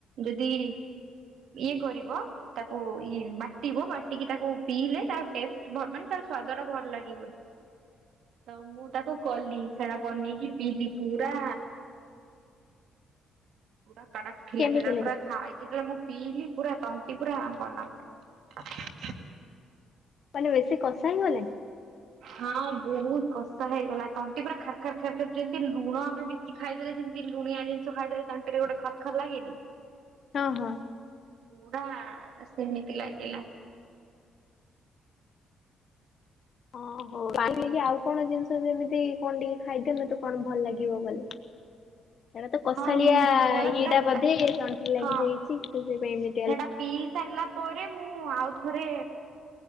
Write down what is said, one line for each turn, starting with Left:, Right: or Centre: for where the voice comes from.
Right: ଯଦି ଇଏ କରିବ ତାକୁ ଇଏ ବାଟିବ ବାଟିକି ତାକୁ ପିଇଲେ ତା ଟେଷ୍ଟ ମାନେ ତାର ସ୍ଵାଦ ଟା ଭଲ ଲାଗିବ ବୋଲି। ତ ମୁଁ ତାକୁ କଲି ସେଡା ବନେଇକି ପିଇଲି ପୁରା ପୁରା କାଡାକ ଥିଲା
Left: କେମିତି
Right: ସେରା
Left: ଲାଗେ
Right: ପୁରା ଖାଇକି ମୁଁ ପିଲି ପୁରା ତଣ୍ଟି ପୁରା ଗଲା ମୋର।
Left: ମାନେ ବେଶୀ କଷା ହେଇ ଗଲାକି।
Right: ହଁ ବହୁତ କଷ୍ଟ ହେଇଗଲା ତଣ୍ଟି ପୁରା ଖାର ଖାର ଖାର ଖର ଯେମିତି ଲୁଣ ଆମେ କିଛି ଖାଇଦେଲେ ଯେମତି ଲୁଣି ଜିଷ ଖାଇଦେଲେ ତାଣ୍ଟରେ ଗୋଟେ ଖାରଖାର ଲାଗେନି?
Left: ହଁ ହଁ।
Right: ପୁଡା ସେମିତି ଲାଗିଲା।
Left: ଓ ହୋ କାଲିକି ଆଉ କଣ ଜିନିଷ ଯେମିତି କଣ ଟିକେ ଖାଇଦିଅ ମତେ କଣ ଭଲ ଲାଗିବ ବୋଲି ସେଟା ତ କଷାଳିଆ
Right: ହଁ ମୁଁ ଦିନବେଳା
Left: ଇଏଟା
Right: ସେଟା
Left: ବଧେ
Right: ଖା
Left: ତଣ୍ଟି ଲାଗିଯାଇଚି
Right: ହଁ
Left: ତ ସେଇଥିପାଇ ଏମତି
Right: ସେଟା ପିଇ ସାରିଲା ପରେ ମୁଁ ଆଉଥରେ